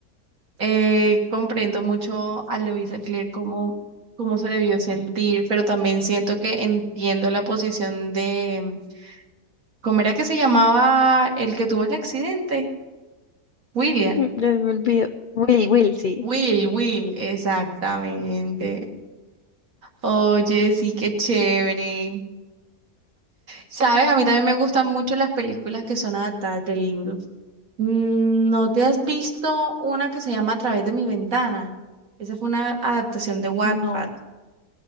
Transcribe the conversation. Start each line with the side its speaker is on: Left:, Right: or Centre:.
Right: eh, comprendo mucho a Luisa Claire cómo, cómo se debió sentir, pero también siento que entiendo la posición de, ¿cómo era que se llamaba el que tuvo el accidente? William.
Left: Mm, Ya me olvido. Will, Will, sí.
Right: Will, Will, exactamente. Oye, sí, qué chévere. Sabes, a mí también me gustan mucho las películas que son adaptadas de libros. Mm, ¿No te has visto una que se llama A través de mi ventana? Esa fue una adaptación de Wattpad.
Left: No,